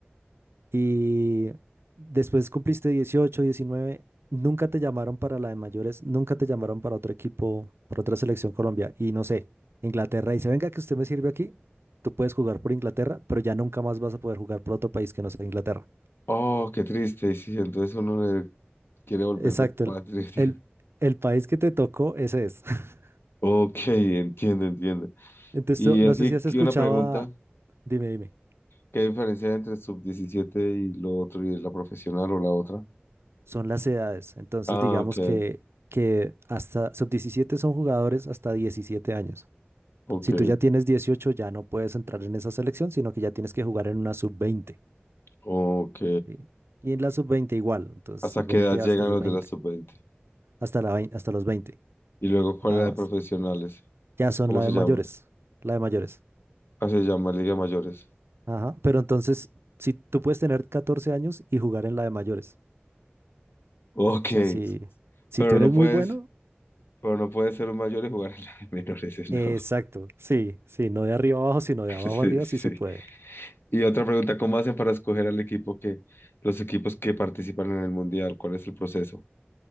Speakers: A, on the right; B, on the left.
A: Y después cumpliste 18, 19. nunca te llamaron para la de mayores, nunca te llamaron para otro equipo, para otra selección Colombia. Y no sé, Inglaterra dice, venga, que usted me sirve aquí, tú puedes jugar por Inglaterra, pero ya nunca más vas a poder jugar por otro país que no sea Inglaterra.
B: oh, qué triste. Y Sí, entonces uno le quiere volver
A: Exacto,
B: de patria.
A: el,
B: <laughs>
A: el, el país que te tocó, ese es. <laughs>
B: Ok, entiendo, entiendo.
A: Entonces,
B: Y,
A: tú- no sé
B: y,
A: si has
B: y
A: escuchado
B: una pregunta,
A: a- Dime, dime.
B: ¿qué diferencia hay entre sub diecisiete y lo otro y la profesional o la otra?
A: Son las edades. Entonces,
B: Ah,
A: digamos
B: ok,
A: que, que hasta sub diecisiete son jugadores hasta 17 años.
B: ok,
A: Si tú ya tienes 18 ya no puedes entrar en esa selección, sino que ya tienes que jugar en una sub veinte
B: ok.
A: ¿sí? Y en la sub veinte igual, entonces
B: ¿Hasta
A: sub-20
B: qué edad llegan
A: hasta los
B: los
A: veinte
B: de la sub veinte?
A: hasta la vein- hasta los 20
B: Y luego, ¿cuál
A: nada
B: es la
A: más.
B: de profesionales?
A: Ya son
B: ¿Cómo
A: la
B: se
A: de
B: llama?
A: mayores, la de mayores.
B: Ah, se llama Liga Mayores.
A: Ajá, pero entonces, si tú puedes tener 14 años y jugar en la de mayores,
B: Ok,
A: o sea, si, si
B: pero
A: tú eres
B: no puedes,
A: muy bueno,
B: pero no puedes ser un mayor y jugar en la de menores, <laughs>
A: exacto,
B: no.
A: sí, sí, no de arriba abajo, sino de abajo
B: Sí,
A: arriba,
B: sí.
A: sí se puede.
B: Y otra pregunta, ¿cómo hacen para escoger al equipo que, los equipos que participan en el mundial? ¿Cuál es el proceso?